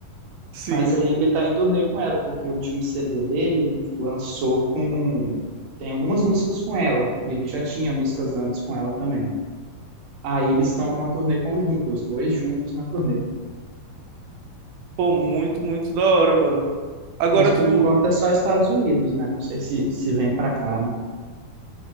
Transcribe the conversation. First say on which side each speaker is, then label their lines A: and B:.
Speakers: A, on the right; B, on the right.
A: Sim.
B: Mas aí ele tá em turnê com ela, porque o último CD dele ele lançou com. Tem algumas músicas com ela. E ele já tinha músicas antes com ela também. Aí eles estão numa turnê conjunta, os dois juntos na turnê.
A: Pô, muito, muito da hora, mano. Agora,
B: Mas por
A: tipo,
B: enquanto é só Estados Unidos, né? Não sei se, se vem pra cá, né?